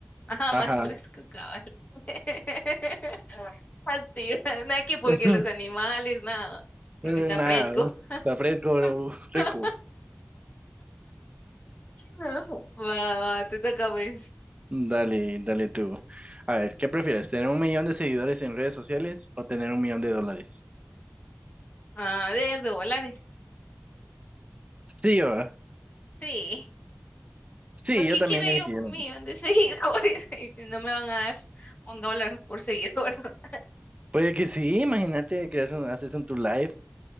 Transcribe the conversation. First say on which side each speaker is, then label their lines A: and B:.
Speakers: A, on the left (about 40°); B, on the right (about 30°).
A: Ajá,
B: Ajá.
A: más fresco, cabal. <laughs> Ah, sí, <laughs> nada que porque
B: <laughs>
A: los animales, nada. Porque
B: Nada,
A: está fresco.
B: está fresco, bro,
A: <laughs>
B: rico.
A: No, va, va, te toca pues.
B: Dale, dale tú. A ver, ¿qué prefieres? ¿Tener un millón de seguidores en redes sociales o tener un millón de dólares?
A: Ah, de dólares.
B: Sí, yo, ah.
A: Sí.
B: sí,
A: Pues ¿qué
B: yo también
A: quiero yo
B: elegiría. lo
A: un millón
B: mismo.
A: de seguidores? <laughs> Y No me van a dar un dólar por seguidor. <laughs>
B: Puede que sí, imagínate, creas un, haces un tu live.